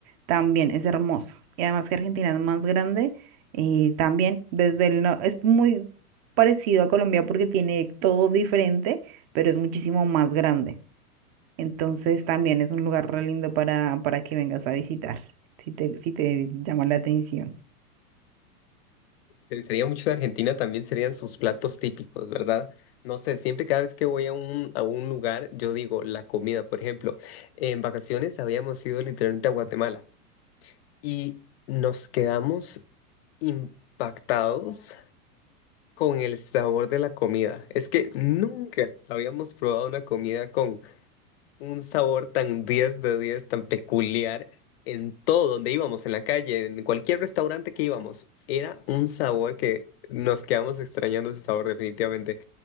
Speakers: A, on the right; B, on the left.
A: También es hermoso. Y además que Argentina es más grande y también desde el no, es muy parecido a Colombia porque tiene todo diferente, pero es muchísimo más grande. Entonces también es un lugar re lindo para, para que vengas a visitar, si te, si te llama la atención.
B: Me gustaría mucho de Argentina también serían sus platos típicos, ¿verdad? No sé, siempre cada vez que voy a un, a un lugar, yo digo la comida. Por ejemplo, en vacaciones habíamos ido literalmente a Guatemala y nos quedamos impactados con el sabor de la comida. Es que nunca habíamos probado una comida con un sabor tan 10 de 10, tan peculiar en todo donde íbamos, en la calle, en cualquier restaurante que íbamos. Era un sabor que nos quedamos extrañando ese sabor definitivamente.